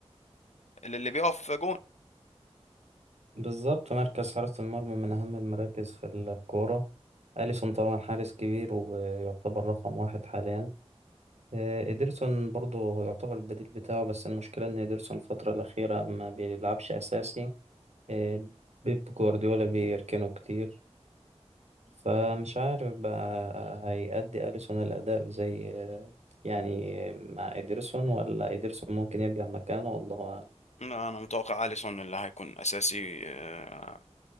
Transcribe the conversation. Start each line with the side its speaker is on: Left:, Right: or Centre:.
Left: للي بيقف جون
Right: بالظبط مركز حراسة المرمى من أهم المراكز في الكورة أليسون طبعا حارس كبير ويعتبر رقم واحد حاليا آه، إيدرسون برضه هو يعتبر البديل بتاعه بس المشكلة إن إيدرسون الفترة الأخيرة ما بيلعبش أساسي آه، بيب جوارديولا بيركنه كتير فمش عارف بقى هيأدي أليسون الأداء زي آه، يعني مع إيدرسون ولا إيدرسون ممكن يرجع مكانه والله أعلم
Left: انا متوقع اليسون اللي هيكون اساسي آه،